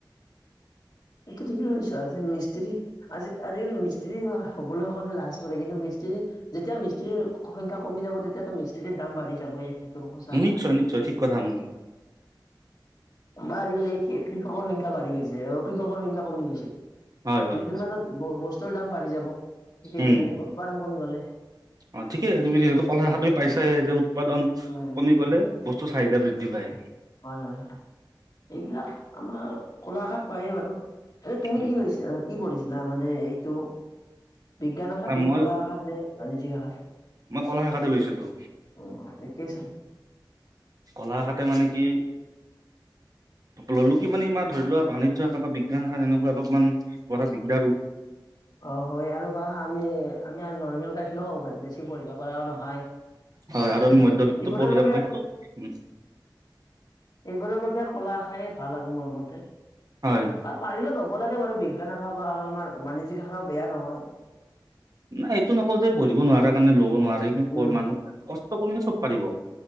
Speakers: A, on the left (about 55°); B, on the right (about 50°).
A: এইটো ঠিকেই কৈছো, আজি মিস্ত্ৰী আজি আজিকালি মিস্ত্ৰী হবলৈ সকলোৱে লাজ কৰে, কিন্তু মিস্ত্ৰী যেতিয়া মিস্ত্ৰীৰ সংখ্যা কমি যাব, তেতিয়াতো মিস্ত্ৰী ৰ দাম বাঢ়ি যাবই। সঁচা কথা।
B: নিশ্চয়, নিশ্চয় ঠিক কথা উম,
A: বা আজিকালি কৃষকৰ সংখ্যা বাঢ়ি গৈছে, অ', কৃষকৰ সংখ্যা কমি গৈছে।
B: হয় হয়
A: দুদিন পাছত ব-বস্তুৰ দাম বাঢ়ি যাব, সেইদৰে
B: উম
A: উৎপাদন কমি গ'লে।
B: অ', ঠিকে তুমি যিহেতু কলা শাখা তুমি পাইছায়ে যে উৎপাদন
A: উম।
B: কমি গ'লে বস্তু চাহিদা বৃদ্ধি পায়।
A: হয়, হয় এইবিলাক আমাৰ কলাশাখাত পায়েই বাৰু। এ, তুমি
B: উম,
A: কি লৈ কি পঢ়িছিলা মানে এইটো বিজ্ঞান শাখাত
B: না
A: নে,
B: মই
A: কলা শাখাত নে, বাণিজ্যিক শাখাত।
B: মই কলা শাখাতে লৈছিলোঁ।
A: অ একেই চোন
B: কলাশাখাতে মানে কি ল'লো কি মানে, ইমান ধৰি লোৱা বাণিজ্য শাখা বা বিজ্ঞান শাখাত এনেকুৱা অলপমান পঢ়া দিগদাৰো।
A: অ', হয় আৰু বা আমি, আমি নৰ্মেল টাইপ ন বেছি পঢ়িব পাৰাও নহয়।
B: হয়, আৰু মধ্যবিত্ত
A: এইবোৰৰ
B: পৰিয়াল
A: বাবে
B: মই।
A: সেইবোৰৰ বাবে আৰু কলা শাখায়ে ভাল আৰু মোৰ মতে
B: হয়
A: বা পাৰিলে ল'ব লাগে। বাৰু বিজ্ঞান শাখা বা আৰু আমাৰ বাণিজ্যিক শাখাও বেয়া নহয়।
B: নাই এইটো নকওঁ যে, পঢ়িব নোৱাৰাৰ কাৰণে ল'ব নোৱাৰে, কিন্তু
A: উম
B: মানুহে কষ্ট কৰিলে চব পাৰিব।